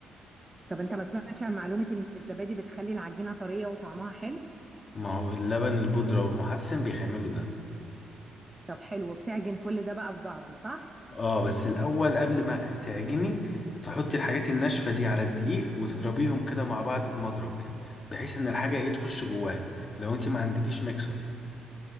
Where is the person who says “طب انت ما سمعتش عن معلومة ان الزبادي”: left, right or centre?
Right